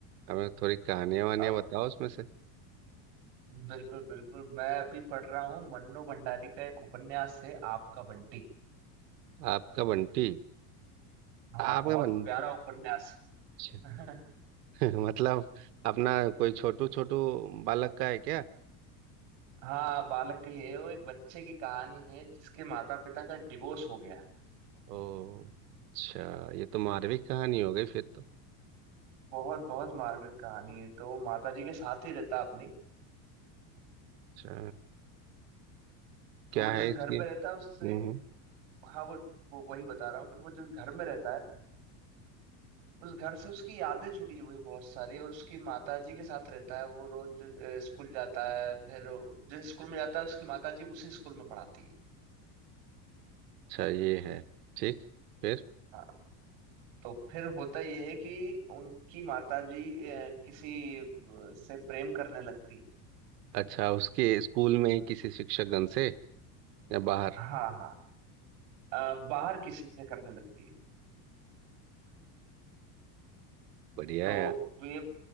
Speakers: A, on the right (about 85°); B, on the right (about 60°).
A: हमें थोड़ी कहानियां वानियां
B: अब
A: बताओ उसमें से
B: बिल्कुल बिल्कुल मैं अभी पढ़ रहा हूँ मन्नू भंडारी का एक उपन्यास है आपका बंटी
A: आपका बंटी
B: हाँ
A: आपका
B: बहुत
A: बंटी
B: प्यारा उपन्यास
A: अच्छा,
B: <laughs>
A: <laughs> मतलब अपना कोई छोटू छोटू बालक का है क्या
B: हाँ बालक की है वो एक बच्चे की कहानी है जिसके माता पिता का डिवोर्स हो गया है
A: ओ अच्छा ये तो मारविक कहानी हो गई फिर तो
B: बहुत बहुत मार्मिक कहानी है तो माता जी के साथ ही रहता है अपनी
A: अच्छा
B: तो
A: क्या
B: वो
A: है
B: जिस घर
A: इसकी
B: पे रहता है उससे
A: हम्म
B: एक
A: हम्म,
B: हाँ वो वो वही बता रहा हूँ कि वो जिस घर में रहता है उस घर से उसकी यादें जुड़ी हुई हैं बहुत सारी और उसकी माता जी के साथ रहता है वो रोज अ, स्कूल जाता है फिर वो- जिस स्कूल में जाता है उसकी माता जी उसी स्कूल में पढ़ाती है
A: अच्छा ये है ठीक फिर
B: हाँ तो फिर होता यह है कि उनकी माता जी किसी अ, से प्रेम करने लगती है
A: अच्छा उसके स्कूल में ही किसी शिक्षकगण से या बाहर
B: हाँ हाँ अ, बाहर किसी से करने लगती है
A: बढ़िया
B: तो
A: है यार
B: वो ये